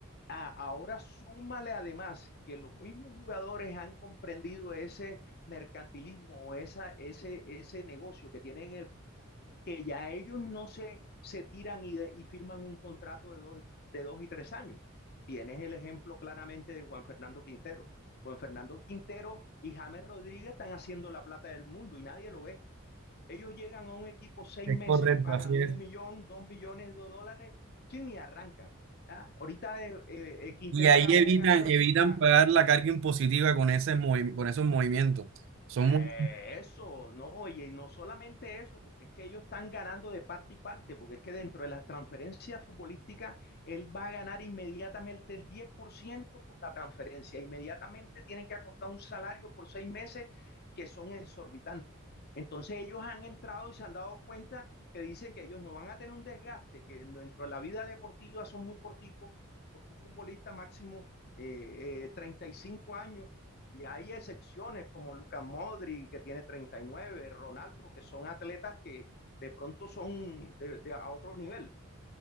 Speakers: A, on the left; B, on the right.
A: A- ahora súmale además que los mismos jugadores han comprendido ese mercantilismo o esa, ese, ese negocio que tienen el, que ya ellos no se, se tiran y, de- y firman un contrato de dos, de dos y tres años. Tienes el ejemplo claramente de Juan Fernando Quintero. Juan Fernando Quintero y James Rodríguez están haciendo la plata del mundo y nadie lo ve. Ellos llegan a un equipo seis
B: Es
A: meses,
B: correcto,
A: le pagan
B: así
A: un
B: es.
A: millón, dos millones de dólares, chin, y arrancan. ¿ah? Ahorita eh, eh, Quintero
B: Y ahí
A: acabó
B: evitan,
A: de ganar la,
B: evitan
A: la-
B: pagar la carga impositiva con ese movi- con esos movimientos. Son
A: Eh,
B: muy...
A: Eso, no, y no solamente eso, porque es que ellos están ganando de parte y parte, porque es que dentro de las transferencias futbolísticas, él va a ganar inmediatamente el diez por ciento por la transferencia, inmediatamente tienen que acordar un salario por seis meses que son exorbitantes. Entonces ellos han entrado y se han dado cuenta que dicen que ellos no van a tener un desgaste, que en- dentro de la vida deportiva son muy corticos, porque un futbolista máximo eh, eh, treinta y cinco años y hay excepciones como Lucas Modri, que tiene 39, Ronaldo, que son atletas que de pronto son de, de a otro nivel,